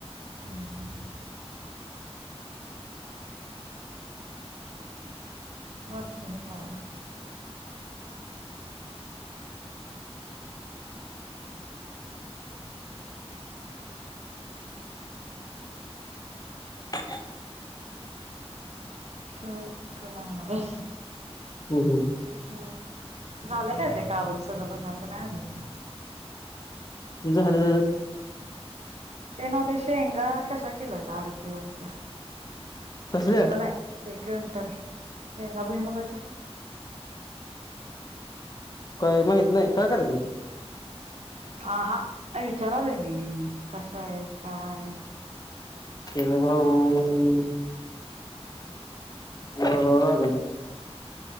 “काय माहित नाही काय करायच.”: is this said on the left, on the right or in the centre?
Left